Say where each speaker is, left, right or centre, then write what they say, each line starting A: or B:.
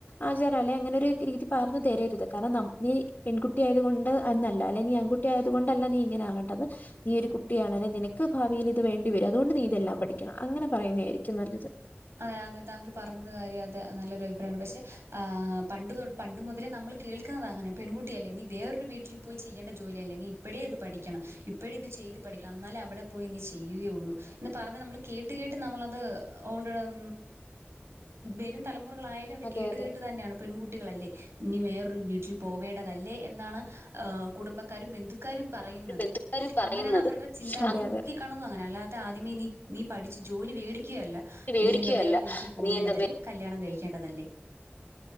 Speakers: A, on the left; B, on the right.
A: ആചാരം അല്ലെ അങ്ങനെ ഒരു രീതി പറഞ്ഞു തരരുത് കാരണം നീ പെൺകുട്ടിയായത് കൊണ്ട് അന്നല്ല അല്ലെ നീ ആൺകുട്ടി കുട്ടി ആയത് കൊണ്ടല്ല നീ ഇങ്ങനെ ആകേണ്ടത് നീയ് ഒരു കുട്ടിയാണല്ലെ നിനക്ക് ഭാവിയിൽ ഇത് വേണ്ടി വരും അതുകൊണ്ട് നീ ഇതെല്ലാം പഠിക്കണം അങ്ങനെ പറയുന്നതായിരിക്കും നല്ലത്
B: അതെ അതെ താങ്കൾ പറഞ്ഞത് കാര്യം അതെ നല്ലൊരു അഭിപ്രായം ആണ് പക്ഷെ ആഹ് പണ്ട് തൊ പണ്ട് മുതലേ നമ്മൾ കേൾക്കുന്നത അങ്ങനെ പെൺകുട്ടി അല്ലേ നീ വേറൊരു വീട്ടിൽ പോയി ചെയ്യേണ്ട ജോലി അല്ലേ നീ ഇപ്പോഴെ അത് പഠിക്കണം ഇപ്പോഴ ഇത് ചെയ്ത് പഠിക്കണം എന്നാലും അവിടെ പോയി നി ചെയ്യുകയുള്ളൂ എന്ന് പറഞ്ഞു നമ്മൾ കേട്ട് കേട്ട് നമ്മളത് കളും വരും തലമുറകളായാലും അവർ
A: അതെ
B: കേട്ട്
A: അതെ
B: കേട്ട് തന്നെയാണ് പെൺകുട്ടികളല്ലേ ഇനി വേറൊരു വീട്ടിൽ പോവേണ്ടതല്ലേ എന്നാണ് കുടുംബക്കാരും ബന്ധു ക്കാരും പറയുന്നത്
A: ബന്ധുക്കാരും പറയുന്നത്
B: അങ്ങനെയാണ് അവരുടെ ചിന്താഗതി
A: അതെ
B: നോക്കി കാണുന്നത് അങ്ങന അല്ലാതെ ആദ്യമേ നീ നീ പഠിച്ച് ജോലി മേടിക്കുകയല്ല
A: അതെ വേടിക്കുകയല്ല
B: നീ എന്താ വേറെ വീട്ടിൽ പോവേണ്ടതല്ലേ
A: നീ എന്താ
B: കല്യാണം കഴിക്കേണ്ടതല്ലേ